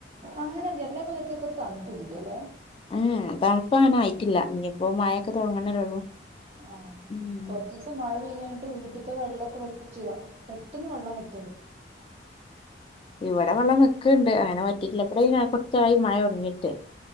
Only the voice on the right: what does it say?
അങ്ങനെ എല്ലാ കൊല്ലത്തയും അത്ര തണുപ്പിലല്ലേ
ആഹ്
കൊറച്ച് ദിവസം മഴ പെയ്യാണ്ട് വീട്ടിത്തെ വെള്ളമൊക്കെ വെറ്റുക പെട്ടെന്ന് വെള്ളം വെറ്റ